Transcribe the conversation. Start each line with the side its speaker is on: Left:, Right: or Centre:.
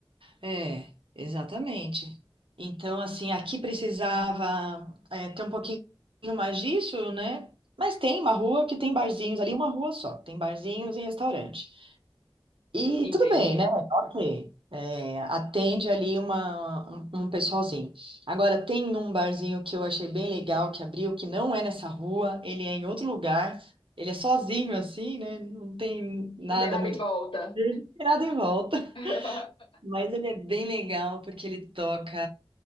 Right: É, exatamente. Então, assim, aqui precisava é, ter um pouquinho mais disso, né? Mas tem uma rua que tem barzinhos ali, uma rua só, tem barzinhos e restaurante. E
Left: Entendi.
Right: tudo bem, né? Ok. É, atende ali uma, um, um pessoalzinho. Agora, tem um barzinho que eu achei bem legal que abriu, que não é nessa rua, ele é em outro lugar, ele é sozinho assim, né? Não tem nada
Left: Não tem nada
Right: muito.
Left: em volta.
Right: Não tem nada em volta. <laughs>
Left: <laughs>
Right: Mas ele é bem legal porque ele toca.